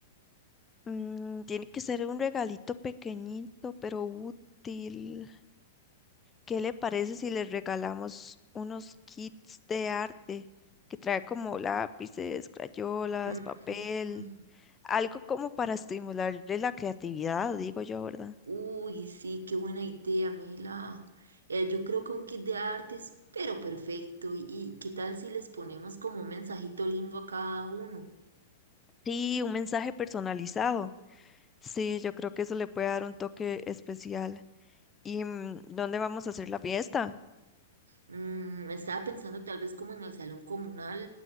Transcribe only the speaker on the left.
Mm, tiene que ser un regalito pequeñito, pero útil. ¿Qué le parece si le regalamos unos kits de arte que trae como lápices, crayolas,
papel?
Algo como para estimularle la creatividad, digo yo, ¿verdad?
Sí, un mensaje personalizado. Sí, yo creo que eso le puede dar un toque especial. ¿Y mm, dónde vamos a hacer la fiesta?